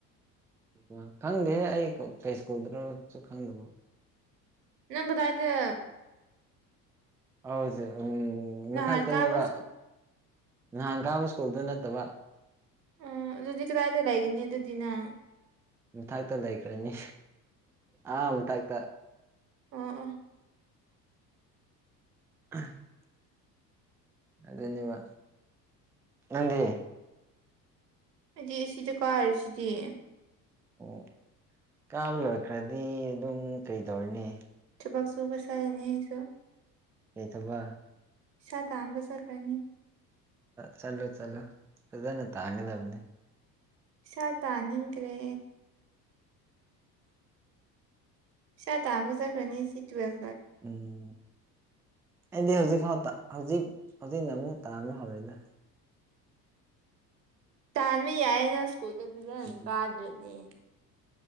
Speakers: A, in the centre; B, on the right.
A: ꯎ ꯈꯪꯗꯦ ꯑꯩ ꯀꯩꯁꯀꯨꯗꯨꯁꯨ ꯈꯪꯗꯕ
B: ꯅꯪ ꯀꯗꯗ
A: ꯍꯥꯎꯖ ꯎꯝ ꯃꯊꯛꯇꯅꯦꯕ
B: ꯅꯍꯥꯟ ꯀꯥꯕ ꯁ꯭ꯀꯨꯜ
A: ꯅꯍꯥꯟ ꯀꯥꯕ ꯏꯁ꯭ꯀꯨꯜꯗꯨ ꯅꯠꯇꯕ
B: ꯎꯝ ꯑꯗꯨꯗꯤ ꯀꯗꯥꯏꯗ ꯂꯥꯏꯒꯅꯤ ꯑꯗꯨꯗꯤꯅꯪ
A: ꯃꯊꯇ ꯂꯩꯈ꯭ꯔꯅꯤ ꯑꯥ ꯃꯊꯇ
B: ꯎꯝ ꯎꯝ
A: <unintelligible> ꯑꯗꯨꯅꯦꯕ ꯅꯪꯗꯤ
B: ꯑꯩꯗꯤ ꯑꯁꯤꯗꯀꯥꯔꯁꯤꯗꯤ
A: ꯑꯣ ꯀꯥꯕ ꯂꯣꯏꯈ꯭ꯔꯗꯤ ꯑꯗꯨꯝ ꯀꯩ ꯇꯧꯔꯤꯅꯤ
B: ꯊꯕꯛꯁꯨꯕꯆꯠꯂꯅꯤ ꯑꯩꯁꯨ
A: ꯀꯩ ꯊꯧꯕꯛ
B: ꯄꯩꯁꯥ ꯇꯥꯟꯕ ꯆꯠꯀꯅꯤ
A: ꯆꯂꯣ ꯆꯂꯣ ꯐꯖꯥꯅ ꯇꯥꯡꯒꯖꯕꯅꯤ
B: ꯄꯩꯁꯥ ꯇꯥꯟꯅꯤꯡꯗꯔꯦ ꯄꯩꯁꯥ ꯇꯥꯟꯕꯆꯠꯅꯤ ꯁꯤꯇ꯭ꯋꯦꯜ
A: ꯎꯝ ꯑꯩꯗꯤ ꯍꯧꯖꯤꯛ ꯐꯥꯎꯗ ꯍꯧꯖꯤꯛ ꯍꯧꯖꯤꯛꯅ ꯑꯃꯨꯛ ꯇꯥꯟꯕ ꯍꯧꯔꯦꯗ
B: ꯇꯥꯟꯕ ꯌꯥꯏꯌꯦꯅ ꯏꯁ꯭ꯀꯨꯜꯗꯨ ꯐꯖ
A: ꯎꯝ
B: ꯀꯥꯗ꯭ꯔꯗꯤ